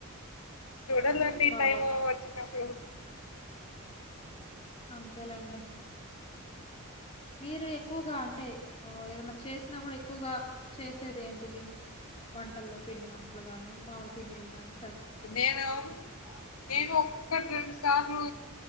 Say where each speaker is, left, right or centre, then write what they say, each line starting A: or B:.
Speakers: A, on the left; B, on the left.
A: చూడాలండి
B: బాగొస్తది.
A: టైం వచ్చినప్పుడు
B: అంతేలాండి మీరు ఎక్కువగా అంటే ఏదన్నా చేసినా కూడా ఎక్కువగా చేసేది ఏంటిది వంటల్లో పిండి వంటలు గాని మాములు తినేవి గాని
A: నేను నేను ఒక్కటి రెండు సార్లు